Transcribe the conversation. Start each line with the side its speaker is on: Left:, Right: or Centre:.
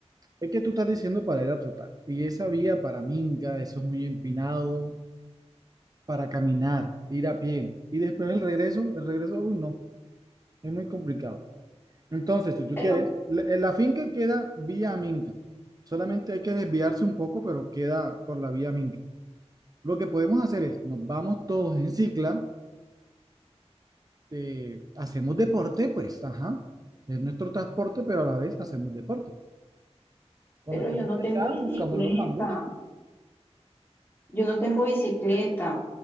Right: es que tú estás diciendo para ir a trotar. Y esa vía para Minga eso es muy empinado, para caminar, ir a pie. Y después el regreso, el regreso, uy, no, es muy complicado. Entonces, si tú
Left: pero,
Right: quieres, la, en la finca queda vía Minca. Solamente hay que desviarse un poco, pero queda por la vía Minca. Lo que podemos hacer es, nos vamos todos en cicla eh, hacemos deporte, pues, ajá, es nuestro transporte, pero a la vez hacemos deporte. Cuando
Left: pero
Right: estemos
Left: yo no tengo
Right: allá,
Left: bicicleta,
Right: buscamos los mangos.
Left: yo no tengo bicicleta,